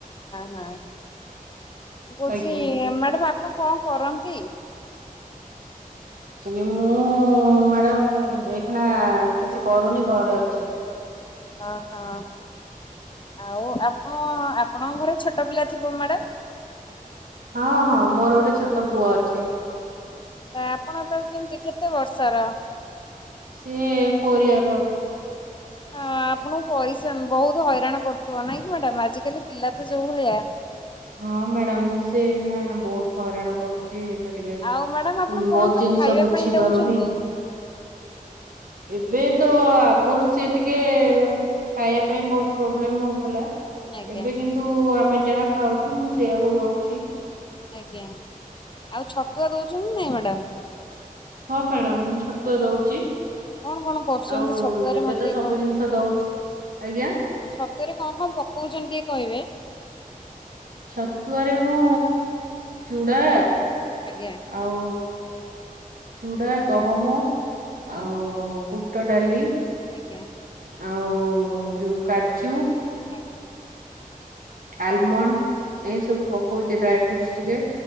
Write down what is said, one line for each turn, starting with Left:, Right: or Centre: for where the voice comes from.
Left: ହଁ କହୁଥିଲି
Right: ଆଜ୍ଞା
Left: ମ୍ୟାଡ଼ାମ ଆପଣ କଣ କରନ୍ତି?
Right: ଚୁଲି ମୁଁ ମ୍ୟାଡ଼ାମ ଏଇ ଖଣାା କିଛି କରୁନି ଘରେ ଅଛି।
Left: ଓହୋ ଆଉ ଆପଣ ଆପଣଙ୍କ ଘରେ ଛୋଟ ପିଲା ଥିବ ମ୍ୟାଡ଼ାାମ?
Right: ହଁ ହଁ ମୋର ଗୋଟେ ଛୋଟ ପୁଅ ଅଛି।
Left: ଆପଣ ତକୁ କେମିତି କେତେ ବର୍ଷର?
Right: ସେ ପରିବାର
Left: ହଁ ଆପଣଙ୍କୁ ପରିସାନ ବହୁତ ହଇରାଣ କରୁଥିବ ନାଇଁ କି ମ୍ୟାଡ଼ାାମ ଆଜିିକାଲି ପିଲା ତ ଯୋଉ ଭଳିଆ।
Right: ହଁ ମ୍ୟାଡାମ ସେ ଏନା ବହୁତ ହଇରାଣ କରୁଛି। ଏବେ- ଟିକେ
Left: ଆଉ ମ୍ୟାଡାମ ଆପଣ କଣ
Right: ବହୁତ
Left: ସବୁ
Right: ଜିନିଷ
Left: ଖାଇବା
Right: ବୁଝି
Left: ପାଇଁ ଦଉଛନ୍ତି?
Right: ପାରୁନି। ଏବେ ତ ଆଗରୁ ସିଏ ଟିକେ ଖାଇବା ପାଇଁ ବହୁତ ପ୍ରୋବ୍ଲେମ ହଉଥିଲା।
Left: ଆଜ୍ଞା
Right: ଏବେ କିନ୍ତୁ ଆମେ ଯାହା ଖାଉଛୁ ମୁଁ ସେଇଆକୁ ଦଉଛି।
Left: ଆଜ୍ଞା ଆଉ ଛତୁଆ ଦଉଛନ୍ତି ନାଇଁ ମ୍ୟାଡ଼ାମ?
Right: ହଁ ମ୍ୟାଡ଼ାମ ମୁଁ ଛତୁଆ ଦଉଛି।
Left: କଣ କଣ କରୁଛନ୍ତି
Right: ଆଉ
Left: ଛତୁଆରେ
Right: ଏବେ
Left: ମତେ ଟିକେ
Right: ତ ସବୁ ଜିନିଷ ଦଉଛି ଆଜ୍ଞା।
Left: ଛତୁରେ କଣ କଣ ପକଉଛନ୍ତି କିଏ କହିବେ?
Right: ଛତୁଆରେ ମୁଁ ଚୁଡା
Left: ଆଜ୍ଞା।
Right: ଆଉ ଚୁଡ଼ା ଗହମ
Left: ହଁ
Right: ଆଉୁ ବୁ ବୁଟ ଡାଲି।
Left: ଆଜ୍ଞା।
Right: ଆଉ ଯଉ କାଜୁ।
Left: ଆଜ୍ଞା।
Right: ଆଲମଣ୍ଡ ଏ
Left: ଆଜ୍ଞା
Right: ସବୁ ପକଉଛି ଡ୍ରାଇ ଫ୍ରୁଟ୍ସ ଟିକେ।